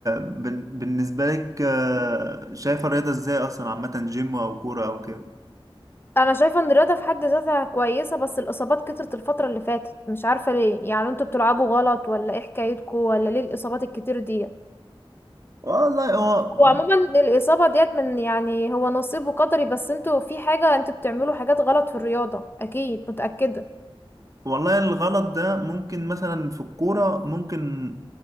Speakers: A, on the right; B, on the left.
A: بن- بالنسبة لك آه، شايفة الرياضة ازاي أصلا عامة جيم أو كورة أو كده؟
B: انا شايفه ان الرياضه في حد ذاتها كويسه بس الاصابات كترت الفتره اللي فاتت مش عارفه ليه يعني انتوا بتلعبوا غلط ولا ايه حكايتكم ولا ليه الاصابات الكتير دي
A: والله هو
B: هو عموما الاصابه ديت من يعني هو نصيب وقدري بس انتوا في حاجه انتوا بتعملوا حاجات غلط في الرياضه اكيد متاكده
A: والله الغلط ده ممكن مثلا في الكورة ممكن